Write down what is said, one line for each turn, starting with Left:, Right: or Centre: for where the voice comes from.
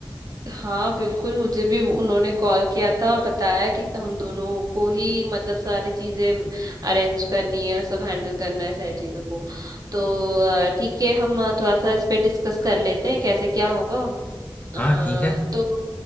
Right: हाँ बिल्कुल मुझे भी उन्होंने कॉल किया था और बताया कि हम दोनों को ही मतलब सारी चीजें अरेंज करनी है सब हैंडल करना है सारी चीजों को तो अ, ठीक है हम अ, थोड़ा सा इस पे डिस्कस कर लेते हैं कैसे क्या होगा अ,
Left: हाँ ठीक है
Right: तो